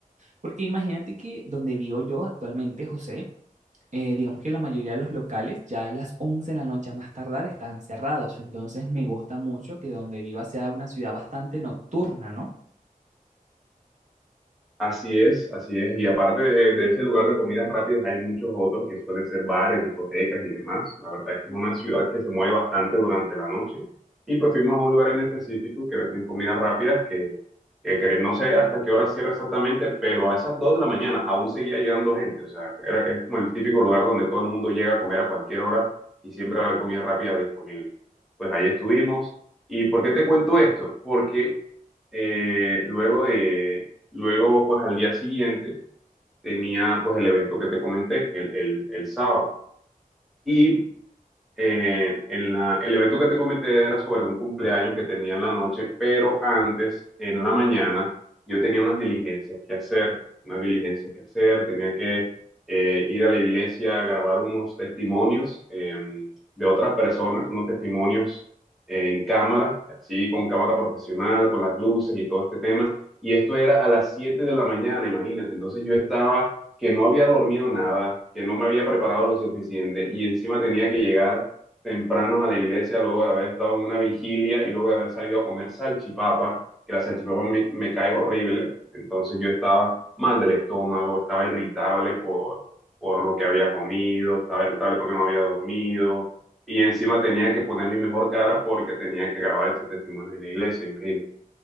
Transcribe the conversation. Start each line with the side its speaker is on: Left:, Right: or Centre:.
Right: Porque imagínate que donde vivo yo actualmente, José, eh, digamos que la mayoría de los locales ya a las 11 de la noche a más tardar están cerrados. Entonces me gusta mucho que donde viva sea una ciudad bastante nocturna, ¿no?
Centre: Así es, así es. Y aparte de, de ese lugar de comidas rápidas, hay muchos otros que suelen ser bares, discotecas y demás. La verdad es que es una ciudad que se mueve bastante durante la noche. Y pues fuimos a un lugar en específico que venden comidas rápidas que, que, que no sé hasta qué hora cierra exactamente, pero a esas 2 de la mañana aún seguía llegando gente. O sea, era- es como el típico lugar donde todo el mundo llega a comer a cualquier hora y siempre va a haber comida rápida disponible. Pues ahí estuvimos. ¿Y por qué te cuento esto? Porque eh, luego de, Luego, pues al día siguiente tenía pues el evento que te comenté, el, el, el sábado. Y eh, en la- el evento que te comenté era sobre un cumpleaños que tenía en la noche, pero antes, en la mañana, yo tenía unas diligencias que hacer, unas diligencias que hacer, tenía que eh, ir a la iglesia a grabar unos testimonios eh, de otras personas, unos testimonios en cámara, así con cámara profesional, con las luces y todo este tema. Y esto era a las 7 de la mañana, imagínate. Entonces yo estaba que no había dormido nada, que no me había preparado lo suficiente y encima tenía que llegar temprano a la iglesia luego de haber estado en una vigilia y luego de haber salido a comer salchipapa, que la salchipapa me, me cae horrible. Entonces yo estaba mal del estómago, estaba irritable por, por lo que había comido, estaba irritable porque no había dormido y encima tenía que poner mi mejor cara porque tenía que grabar estos testimonios en la iglesia, imagínate.